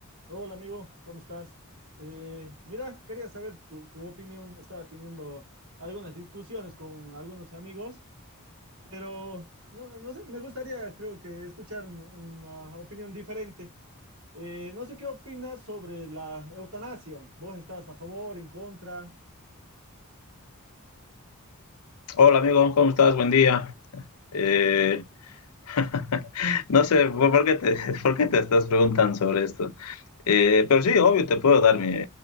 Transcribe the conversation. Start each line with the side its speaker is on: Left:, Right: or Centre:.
Right: Hola amigo, ¿cómo estás? Eh, mira, quería saber tu, tu opinión. Estaba teniendo algunas discusiones con algunos amigos, pero no, no sé, me gustaría creo que escuchar un- una opinión diferente. Eh, no sé qué opinas sobre la eutanasia. ¿Vos estás a favor, en contra?
Left: Hola amigo, ¿cómo estás? Buen día. Eh, <laughs> no sé por por qué te, <laughs> por qué te estás preguntando sobre esto. Eh, pero sí, obvio, te puedo dar mi,